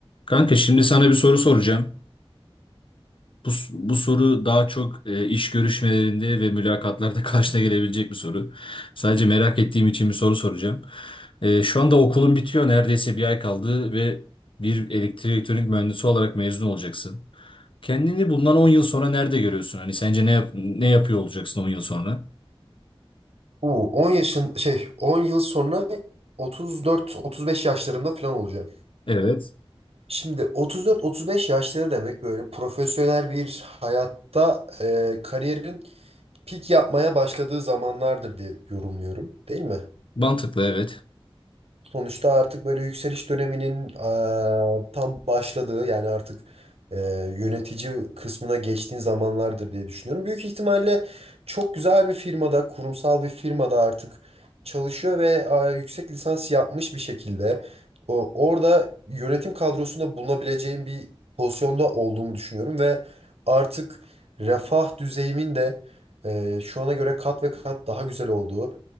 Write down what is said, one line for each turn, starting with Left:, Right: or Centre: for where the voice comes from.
Left: Kanka şimdi sana bir soru soracağım. Bu, bu soru daha çok e, iş görüşmelerinde ve mülakatlarda <laughs> karşına gelebilecek bir soru. Sadece merak ettiğim için bir soru soracağım. E, şu anda okulun bitiyor. Neredeyse bir ay kaldı ve bir elektrik elektronik mühendisi olarak mezun olacaksın. Kendini bundan 10 yıl sonra nerede görüyorsun? Hani sence ne yap- ne yapıyor olacaksın 10 yıl sonra?
Right: Bu 10 yaşın şey 10 yıl sonra 34-35 yaşlarımda falan olacağım.
Left: Evet.
Right: Şimdi 34-35 yaşları demek böyle profesyonel bir hayatta e, kariyerin pik yapmaya başladığı zamanlardır diye yorumluyorum, değil mi?
Left: Mantıklı evet.
Right: Sonuçta artık böyle yükseliş döneminin eee, tam başladığı yani artık eee, yönetici kısmına geçtiğin zamanlardır diye düşünüyorum. Büyük ihtimalle çok güzel bir firmada, kurumsal bir firmada artık çalışıyor ve eee, yüksek lisans yapmış bir şekilde o, orada yönetim kadrosunda bulunabileceğim bir pozisyonda olduğumu düşünüyorum ve artık refah düzeyimin de eee, şu ana göre kat ve kat daha güzel olduğu